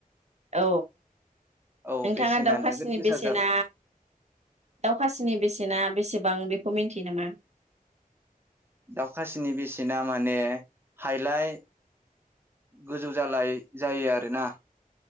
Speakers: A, on the right; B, on the right.
A: औ
B: औ
A: नोंथाङा
B: बेसेना
A: दाउखासिनि
B: नोगोद गोसा
A: बेसेना
B: जाबाय
A: दाउखासिनि बेसेना बेसेबां बे खौ मिन्थियो नामा?
B: दाउखासिनि बेसेना माने हायलाय गोजौ जालाय जायो आरोना।